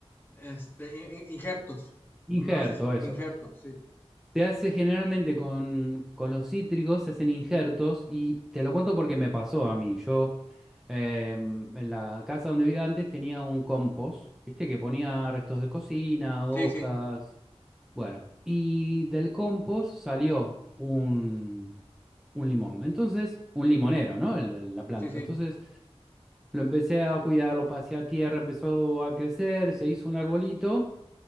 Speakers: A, on the left; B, in the centre.
A: Este, i- i- injertos.
B: Injerto,
A: Cuando haces un
B: eso.
A: injerto, sí.
B: Se hace generalmente con, con los cítricos, se hacen injertos y te lo cuento porque me pasó a mí. Yo eh, en la casa donde vivía antes tenía un compost, viste, que ponía restos de cocina, hojas,
A: Sí, sí,
B: bueno, y del compost salió un, un limón. Entonces, un limonero, ¿no? El- la planta.
A: sí, sí.
B: Entonces lo empecé a cuidar, lo pasé a tierra, empezó a crecer, se hizo un arbolito.